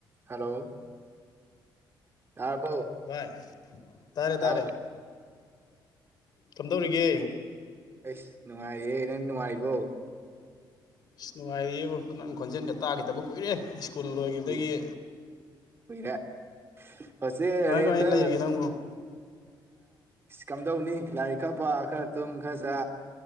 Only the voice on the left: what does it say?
ꯚꯥꯏ ꯇꯥꯔꯦ ꯇꯥꯔꯦ
ꯀꯝꯗꯧꯔꯤꯒꯦ
ꯏꯁ ꯅꯨꯡꯉꯥꯏꯔꯤꯑꯦꯕꯨ ꯅꯪ ꯈꯣꯟꯖꯦꯟꯒ ꯇꯥꯒꯤꯗꯕ ꯀꯨꯏꯔꯦ ꯏ꯭ꯁꯀꯨꯜ ꯂꯣꯏꯒꯤꯕꯗꯒꯤ
ꯀꯃꯥꯏꯅ ꯂꯩꯔꯤꯒꯦ ꯅꯪꯕꯨ